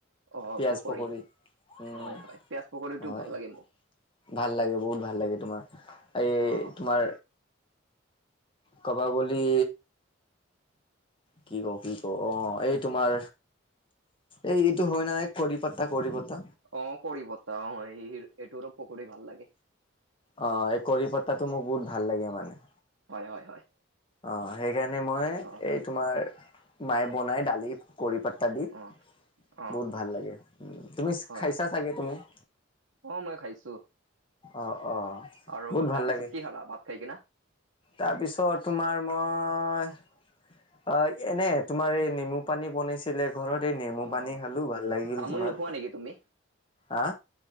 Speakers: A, on the right; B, on the left.
A: অ
B: পিয়াজ
A: পকৰী
B: পকৰি উম
A: হয় হয় পিয়াজ পকৰীটো
B: হয়।
A: ভাল লাগে মোক
B: ভাল লাগে বহুত ভাল লাগে। তোমাৰ এই
A: অ
B: তোমাৰ কাব গলে কি কবি ক, অ এই তোমাৰ এই এইটো হয় নে না কৰি পাতা কৰি পাতা
A: অ কৰি পতা অ এইটো পকৰিও ভাল লাগে।
B: অ'! এই, কাৰি পাতাটোক মোক বহুত ভাল লাগে মানে।
A: হয়, হয়, হয়।
B: অ'! সেইকাৰণে মই,
A: অ
B: এই তোমাৰ, মাই বনাই দালিত। কাৰি পাতা দি বহুত
A: অ অ
B: ভাল
A: অ
B: লাগে! উম, তুমি
A: হয়
B: খাইছা চাগে তুমি?
A: অ'! মই খাইছোঁ।
B: অ'! অ'!
A: আৰু
B: বহুত ভাল
A: তাৰপিছত
B: লাগে
A: কি খালা? ভাত খাই কিনে?
B: তাৰপিছত, তোমাৰ মই অ'! এনে, তোমাৰ এই নেমু পানী বনাইছে। আছিলে ঘৰতে, নেমু
A: অ
B: পানী খালোঁ ভাল লাগিল
A: তামোল
B: তোমাৰ?
A: নোখোৱা নেকি তুমি
B: হা!